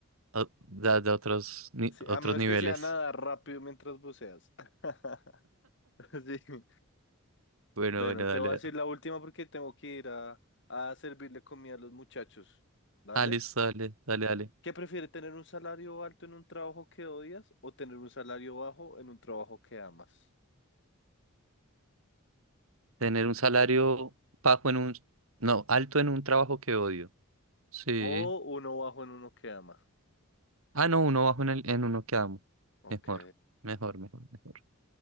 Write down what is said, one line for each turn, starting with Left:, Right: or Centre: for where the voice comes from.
Right: O- Da, da otros, ni-
Left: Sí,
Right: otros
Left: a menos
Right: niveles.
Left: que sea nadar rápido mientras buceas. <laughs> Sí.
Right: Bueno,
Left: Bueno,
Right: bueno, dale.
Left: te voy a decir la última porque tengo que ir a, a servirle comida a los muchachos. ¿Dale?
Right: Ah, listo, dale, dale, dale.
Left: ¿Qué prefiere tener un salario alto en un trabajo que odias o tener un salario bajo en un trabajo que amas?
Right: Tener un salario bajo en un... No, alto en un trabajo que odio. Sí.
Left: O uno bajo en uno que amas
Right: Ah, no, uno bajo en, el, en uno que amo.
Left: Ok.
Right: Mejor, mejor, mejor, mejor.